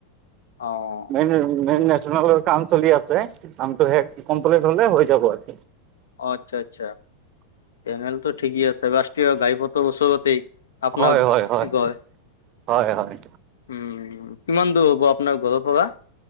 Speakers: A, on the left (about 65°); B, on the right (about 35°).
A: অ',
B: মেইন, মেইন নেচনেলৰ কাম চলি আছে কামটো শেষ কমপ্লিট হ'লে হৈ যাব আৰ
A: অ'আচ্ছা, আচ্ছা তেনেহ'লটো ঠিকেই আছে ৰাছ ট্ৰীয় ঘাইপথৰ ওচৰতেই আপোনাৰ
B: হয় হয় হয়
A: গয়।
B: হয় হয়
A: উম, কিমান দূৰ হ'ব আপোনাৰ ঘৰৰ পৰা?